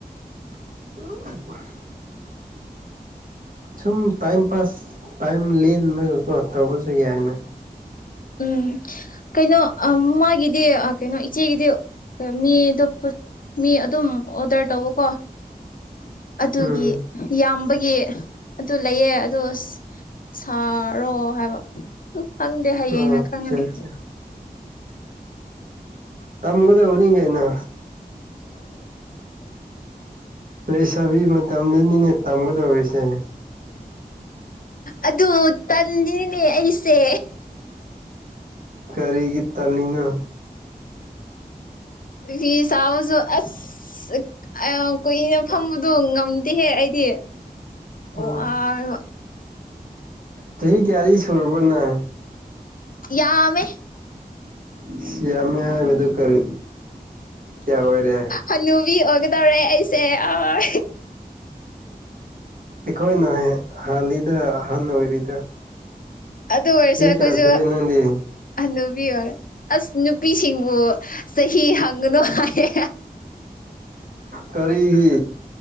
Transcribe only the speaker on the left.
ꯎꯝ ꯀꯩꯅꯣ ꯑ ꯃꯥꯒꯤꯗꯤ ꯑ ꯀꯩꯅꯣ ꯏꯆꯦꯒꯤꯗꯤ ꯃꯤꯗꯣ ꯃꯤ ꯑꯗꯨꯝ ꯑꯣꯗꯔ ꯇꯧꯕꯀꯣ ꯑꯗꯨꯒꯤ
ꯌꯥꯝꯕꯒꯤ ꯑꯗꯨ ꯂꯩꯌꯦ ꯑꯗꯣ ꯁꯥꯔꯣ ꯍꯥꯏꯕ ꯑꯗꯨ ꯈꯪꯗꯦ ꯍꯌꯦꯡꯅ
ꯈꯪꯉꯅꯤ
ꯑꯗꯨ ꯇꯜꯂꯤꯅꯦ ꯑꯩꯁꯦ
ꯐꯤ ꯁꯥꯥꯕꯁꯨ ꯑꯁ ꯀꯨꯏꯅ ꯐꯝꯕꯗꯣ ꯉꯝꯗꯦꯍꯦ ꯑꯩꯗꯤ
ꯋꯥꯔꯒ
ꯌꯥꯝꯃꯦ
ꯍꯅꯨꯕꯤ ꯑꯣꯏꯒꯗꯧꯔꯦ ꯑꯩꯁꯦ ꯑꯥ
ꯑꯗꯨ ꯑꯣꯏꯔꯁꯨ
ꯑꯩꯈꯣꯏꯁꯨ
ꯍꯅꯨꯕꯤ ꯑꯣꯏ ꯑꯁ ꯅꯨꯄꯤꯁꯤꯡꯕꯨ ꯆꯍꯤ ꯍꯥꯡꯒꯅꯨ ꯍꯥꯏꯌꯦ